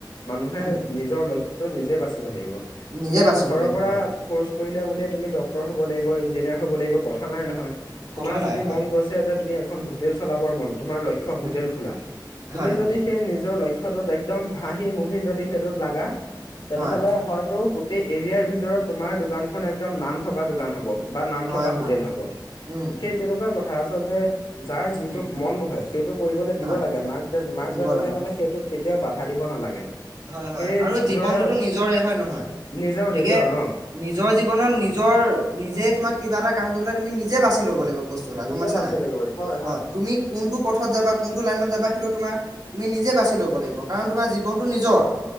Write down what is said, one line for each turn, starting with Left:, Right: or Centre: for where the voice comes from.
Left: মানুহে
Right: উম
Left: নিজৰ লক্ষ্যটো নিজে বাচিব লাগিব
Right: নিজে
Left: এতিয়া
Right: বাচিব
Left: ঘৰৰ
Right: লাগিব
Left: পৰা
Right: হয়।
Left: ফৰ্চ কৰিলে বুলিয়ে তুমি ডক্তৰ হব লাগিব ইঞ্জিনিয়াৰ হব লাগিব কথা নাই নহয় তোমাৰ
Right: কথা নাই
Left: যদি
Right: হয়
Left: মন গৈ তেন্তে তুমি এখন হোটেল চলাবৰ মন তোমাৰ লক্ষ্য হোটেল
Right: উম
Left: খোলা তুমি
Right: হয়।
Left: যদি সেই নিজ নিজৰ লক্ষ্যটোত একদম ভাহি মুহি যদি সেইটোত লাগা তেনেহ'লে
Right: হয়
Left: হয়তো গ গোটেই এৰিয়াৰ ভিতৰত তোমাৰ দোকানখন একদম নাম থকা দোকান হ'ব বা নাম
Right: হয়
Left: থকা হোটেল
Right: হয়
Left: হব
Right: উম
Left: সেই তেনেকুৱা কথা আচলতে যাৰ যিটোত
Right: উম
Left: মন বহে সেইটো কৰিবলৈ দিব
Right: হয়
Left: লাগে মাক দে মাক
Right: দিব
Left: বাপেকে
Right: লাগে।
Left: মানে সেইটোত কেতিয়াও বাধা দিব নালাগে
Right: হয় হয়
Left: সেই
Right: আৰু জীৱনটোতো
Left: ধৰা
Right: নিজৰে হয় নহয়
Left: নিজৰ
Right: গতিকে
Left: নিজৰ অ
Right: নিজৰ জীৱনত নিজৰ নিজে তোমাক কিবা এটা কাম কৰিবলৈ তুমি নিজে বাচি ল'ব লাগিব বস্তু এটা
Left: নিজে
Right: গম পাইছা
Left: বাচি
Right: নাই
Left: ল'ব পাৰি হয় হয়
Right: অ' তুমি কোনটো পথত যাবা কোনটো লাইনত যাবা সেইটো তোমাৰ তুমি নিজে বাচি ল'ব লাগিব কাৰণ তোমাৰ জীৱন নিজৰ